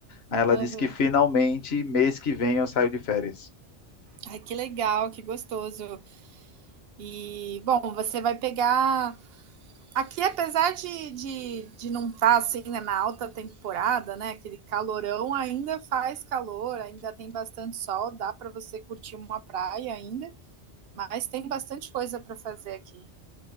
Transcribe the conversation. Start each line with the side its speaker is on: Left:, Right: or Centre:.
Left: Aí ela
Right: Aham.
Left: disse que finalmente, mês que vem, eu saio de férias.
Right: Ai, que legal, que gostoso. E, bom, você vai pegar. Aqui, apesar de, de, de não estar assim, né, na alta temporada, né, aquele calorão, ainda faz calor, ainda tem bastante sol, dá para você curtir uma praia ainda, mas tem bastante coisa para fazer aqui.